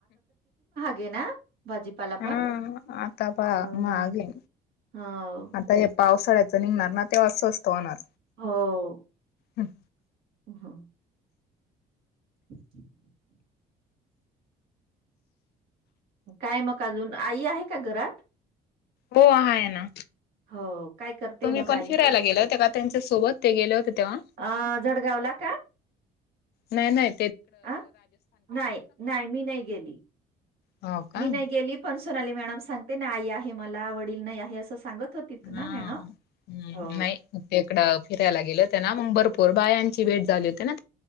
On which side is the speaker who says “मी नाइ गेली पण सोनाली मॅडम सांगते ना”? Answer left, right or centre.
Right